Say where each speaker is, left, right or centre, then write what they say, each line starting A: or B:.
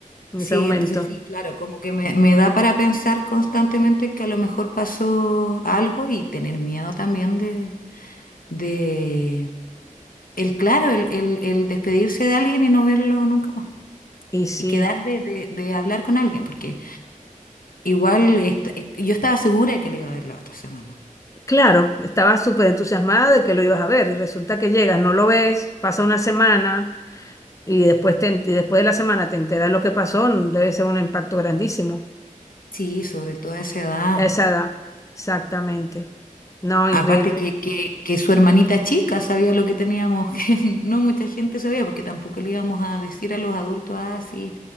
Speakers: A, on the left; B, on the left.
A: en
B: sí,
A: ese momento.
B: entonces sí, claro, como que me, me da para pensar constantemente que a lo mejor pasó algo y tener miedo también de, de El, claro, el, el, el despedirse de alguien y no verlo nunca más.
A: Y sí,
B: Y quedar de, de, de hablar con alguien, porque igual est- eh, yo estaba segura de que le iba a ver la otra semana.
A: claro, estaba súper entusiasmada de que lo ibas a ver y resulta que llegas, no lo ves, pasa una semana y después, te en- y después de la semana te enteras lo que pasó, debe ser un impacto grandísimo
B: Sí, sobre todo a esa edad.
A: a esa edad, exactamente. No, increíble.
B: Aparte que, que, que su hermanita chica sabía lo que teníamos, <laughs> que no mucha gente sabía, porque tampoco le íbamos a decir a los adultos, ah, sí,